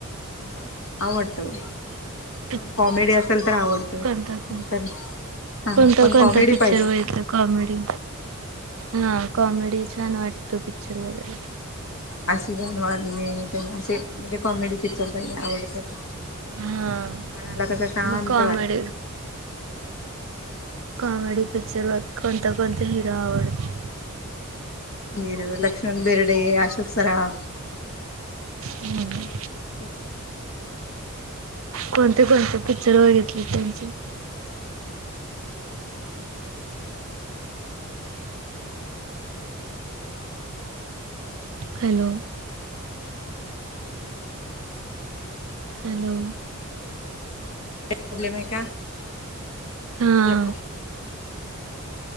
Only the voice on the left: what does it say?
हा आवडतं.
पण कॉमेडी असेल तर आवडतो
नाही
तर हा
पण
कॉमेडी
पाहिजे
आशिबान वारले त्यांना असे म्हणजे कॉमेडी पिकच्चर काही आवडतात.
मनाला कसं शांत
वाटतं.
मर लक्ष्मण बेरडे अशोक सराब
अच्छा.
<unintelligible>